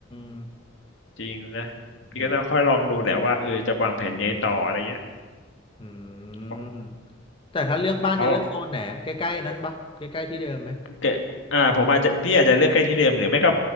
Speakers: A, on the left; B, on the left.
A: ม
B: จริงนะพี่ก็ต้องค่อยลองดูแหละว่าเออจะวางแผนยังไงต่ออะไรเงี้ย
A: อืมอื
B: เพราะ
A: มแต่ถ้าเลือกบ้านจะเลือกโซนไหนใกล้ๆนั้นปะใกล้ๆที่เดิมไหม
B: เพราะแกอ่าผมอาจจะพี่อาจจะเลือกใกล้ที่เดิมหรือไม่ก็